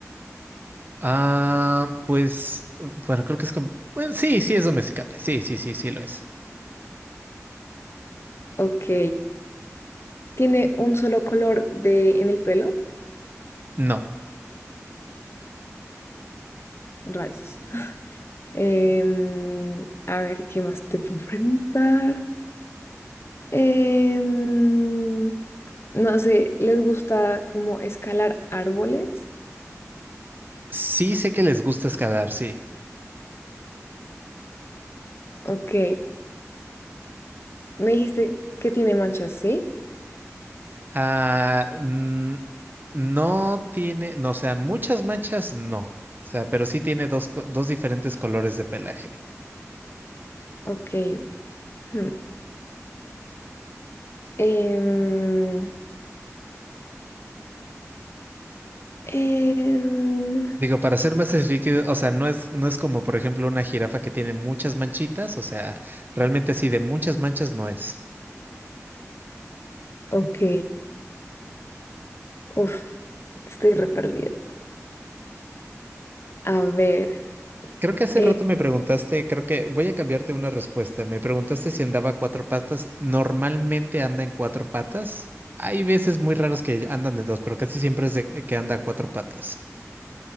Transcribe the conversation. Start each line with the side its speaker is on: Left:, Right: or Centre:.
Right: Ah, pues, eh, bueno, creo que es com- Bueno, sí, sí es domesticable. Sí, sí, sí, sí lo es.
Left: Ok. ¿Tiene un solo color de, en el pelo?
Right: No.
Left: Rayos. Em, a ver, ¿qué más te puedo preguntar? Em, no sé, ¿les gusta como escalar árboles?
Right: Sí sé que les gusta escalar, sí.
Left: Ok, me dijiste que tiene manchas, ¿sí?
Right: Ah, mm, no tiene, no, o sea, muchas manchas no. O sea, pero sí tiene dos, co- dos diferentes colores de pelaje.
Left: Ok. hmm. Em, em,
Right: Digo, para ser más específico, o sea, no es, no es como, por ejemplo, una jirafa que tiene muchas manchitas, o sea, realmente así de muchas manchas no es.
Left: ok, uf, estoy re perdida. A ver,
Right: Creo que hace
Left: eh,
Right: rato me preguntaste, creo que voy a cambiarte una respuesta. Me preguntaste si andaba a cuatro patas. Normalmente anda en cuatro patas. Hay veces muy raras que andan de dos, pero casi siempre es de que anda a cuatro patas.